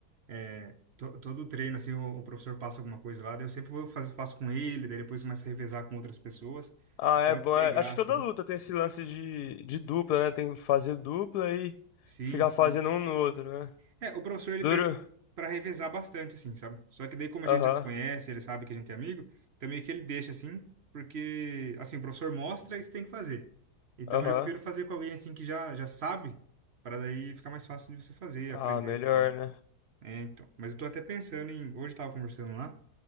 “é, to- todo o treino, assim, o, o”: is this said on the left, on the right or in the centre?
Right